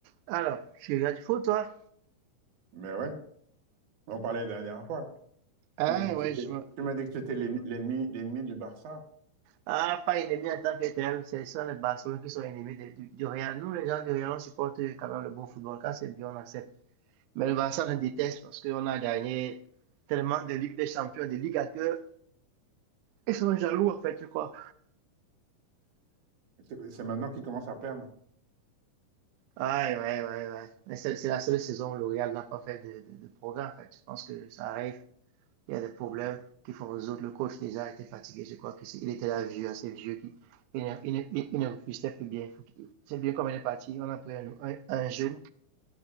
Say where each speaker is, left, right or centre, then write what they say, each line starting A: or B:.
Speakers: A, on the right; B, on the right.
A: Alors, tu regardes du foot, toi?
B: Mais ouais, on parlait la dernière fois.
A: Ah
B: Tu m'as dit que
A: ouais,
B: tu étais,
A: je me-
B: tu m'as dit que tu étais l'en- l'ennemi, l'ennemi du Barça.
A: Ah, pas ennemi en tant que tel, c'est ça les Barcelonais qui sont ennemis de- du, du Real. Nous, les gens du Real, on supporte quand même le beau football. Quand c'est bien, on accepte. Mais le Barça, on le déteste parce qu'on a gagné tellement de Ligue des Champions, de Ligue à que ils sont jaloux, en fait, tu crois.
B: C'est c'est maintenant qu'il commence à perdre.
A: Ouais, ouais, ouais, ouais. Mais c'est c'est la seule saison où le Real n'a pas fait de, de, de progrès, en fait. Je pense que ça arrive. il y a des problèmes
B: Mm.
A: qu'il faut résoudre Le coach déjà était fatigué, je crois qu'il était là vieux, assez vieux, qui, il, ne- il, ne- il, ne refusait plus bien. C'est bien comme elle est partie, on a pris un, un, un jeune